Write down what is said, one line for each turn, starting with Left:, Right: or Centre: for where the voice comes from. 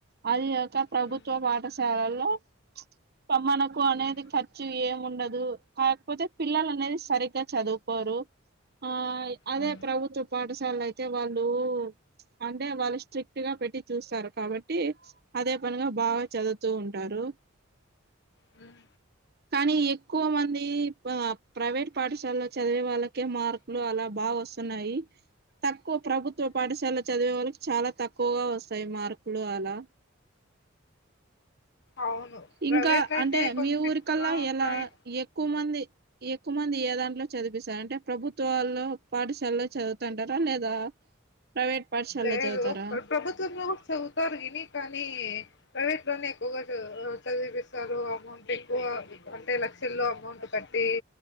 Right: అది కాక ప్రభుత్వ
Left: హ్మ్.
Right: పాఠశాలలు అ ప మనకు అనేది
Left: హ్మ్.
Right: ఖర్చు ఏము ఉండదు కాకపోతే పిల్లలు అనేది సరిగ్గా చదువుకోరు, ఆ అదే
Left: హ్మ్.
Right: ప్రభుత్వ పాఠ సలు అయితే వాళ్ళు అంటే వాళ్ళు స్ట్రిక్ట్ గా పెట్టి చూస్తారు కాబట్టి అదే పనిగా బాగా చదువుతూ ఉంట టారు
Left: హ్మ్.
Right: కానీ ఎక్కువ మంది ప్రైవేట్ పాఠశాలలో చదివే వాళ్ళకి కే మార్కులు వస్తున్నాయి తక్కువ ప్రభుత్వ పాఠశాల చదివే వాళ్ళకి చాలా తక్కువగా వస్తాయి మార్కులు అలా
Left: అవును. ప్రైవేట్‌లో
Right: ఇంకా అంటే
Left: అయితే కొన్ని
Right: మీ
Left: స్ట్రిక్ట్‌గా
Right: ఊరికల్లా
Left: ఉంటాయి.
Right: ఇలా ఎక్కువ మంది ఎక్కువ మంది ఏ దాంట్లో చదిపిస్తారు అంటే ప్రభుత్వాల్లో పాఠశాలలో చదువుతంటారా లేదా ప్రైవేట్ పాఠశాలలో
Left: లేదు
Right: చదువుతారా
Left: ప్రభుత్వంలో చదువుతారు విని కానీ ప్రైవేట్ లోనే ఎక్కువగా చదివిపిస్తారు అమౌంట్ ఎక్కువ అంటే లక్షల్లో అమౌంట్ కట్టి